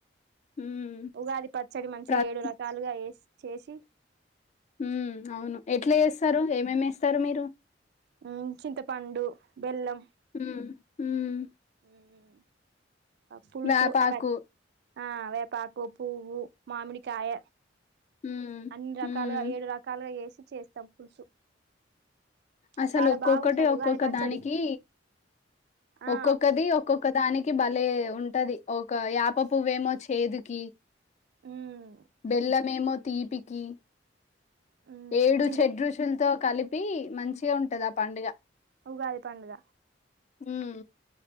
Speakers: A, on the left (about 40°); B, on the right (about 60°).
A: ఉమ్
B: ఉగాది పచ్చడి మంచిగా
A: ప్ర-
B: ఏడు రకాలుగా వేసి చేషి
A: ఉ అవును ఎట్లా చేస్తారు ఎంఎంఎస్ స్తరు మీరు
B: హ్ చింతపండు బెల్లం
A: హ్మ్ హ్మ్
B: మ్మ్ పులుసు
A: వేపాకు
B: ఆవ్ ఆ వేపాకు పువ్వు మామిడి కాయ
A: ఉమ్
B: అన్ని రకాలుగా
A: ఉమ్
B: ఏడు రకాలుగా ఏసి చేస్తాం పులుసు
A: అసలు
B: చాలా
A: ఒక్కొక్కటి
B: బాగుంటది
A: ఒక్కొక్క
B: ఉగాది పచ్చడి
A: దానికి
B: ఆ
A: ఒక్కొక్కది ఒక్ ఒకదానికి భలే ఉంటది ఒక యాప పువ్వేమో చేదుకి
B: మ్మ్
A: బెళ్ల్ళ మేమో తీపికి
B: హ్మ్
A: ఏడు
B: చింత
A: ఛేడ్ రుచుల్తో కలిపి మంచిగ ఉంటద్ ఆ పండుగ
B: ఉగాది పండుగ
A: ఉమ్